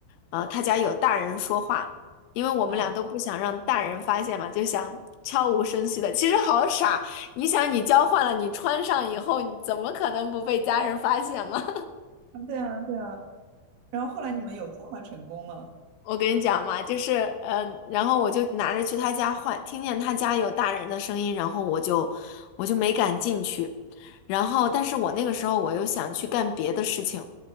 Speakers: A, on the left (about 85°); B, on the right (about 75°).
A: 呃，他家有大人说话，因为我们俩都不想让大人发现嘛，
B: 哦，
A: 就想悄无声息的。其实好傻，你想你交换了，你穿上以后，你怎么可能不被家人发现嘛？
B: 啊，对啊，对啊。然后后来你们有交换成功吗？
A: 我跟你讲嘛，就是呃，然后我就拿着去他家换，听见他家有大人的声音，然后我就我就没敢进去，然后但是我那个时候我又想去干别的事情，